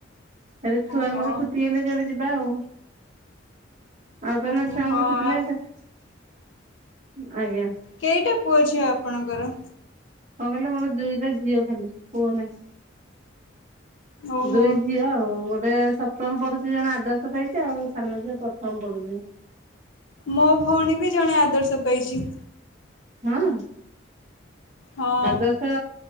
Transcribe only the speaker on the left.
ଓହୋ
ହଁ।
କେଇଟା ପୁଅ ଝିଅ ଆପଣଙ୍କର?
ଓହୋ
ମୋ ଭଉଣୀ ବି ଜଣେ ଆଦର୍ଶ ପାଇଛି।
ହଁ